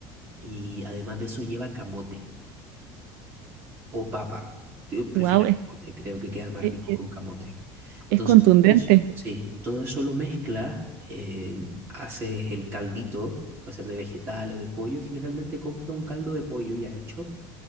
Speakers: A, on the right; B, on the right.
A: y además de eso lleva camote. o papa. Yo prefiero
B: Wow, es,
A: camote, creo que queda más
B: es,
A: rico
B: es
A: con camote. Entonces,
B: es contundente.
A: todo eso, sí, todo eso lo mezclas, eh, haces el caldito, puede ser de vegetal o de pollo, y generalmente compro un caldo de pollo ya hecho,